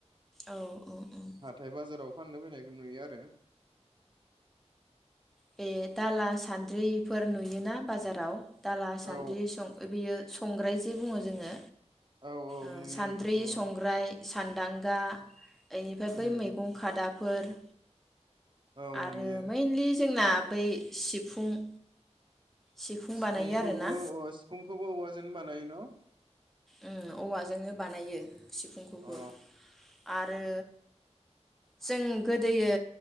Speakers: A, in the centre; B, on the right (about 45°).
A: औ - औ - ओम
B: हाथाय बाजाराव फाननो फैनायखौ नुयो आरो
A: बे दाला सान्द्रिफोर नुयोना बाजाराव दाला सान्द्रि
B: औ
A: सं <unintelligible> संग्राय बुङो जोङो
B: औ औ
A: ओह
B: नुयो
A: सानद्रि
B: इफोरखौ
A: संग्राय
B: औ
A: सान्दां गा। इनिफ्राय बै
B: उम
A: मैगं खादाफोर।
B: औ
A: आरो
B: नुयो
A: मैइनलि जोंना बै सिफुं सिफुं
B: सिफुंखौबो
A: बानायो आरोना
B: अ सिफुंखौबो औवाजोंनो बानायो न?
A: ओ औवाजोंनो बानायो। सिफुंखौबो
B: अ
A: आरो जों गोदोयो